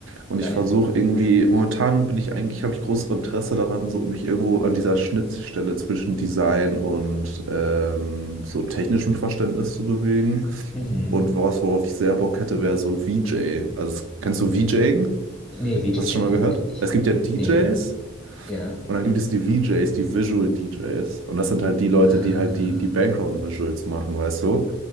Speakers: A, on the right; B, in the centre.
A: Und
B: Geil.
A: ich versuche irgendwie, momentan bin ich eigentlich, habe ich großes Interesse daran, so mich irgendwo an dieser Schnittstelle zwischen Design und ähm, so technischem Verständnis zu bewegen.
B: Mhm.
A: Und was, worauf ich sehr Bock hätte, wäre so VJ. Also, das- kennst du VJing?
B: Nee, VJ
A: Hast du
B: kenne
A: schon mal
B: ich
A: gehört?
B: tatsächlich nicht.
A: Es gibt ja DJs.
B: Nee, ja.
A: Und dann gibt es die VJs, die Visual DJs. Und das sind halt die Leute,
B: Ah.
A: die halt die, die Background-Visuals machen, weißt du?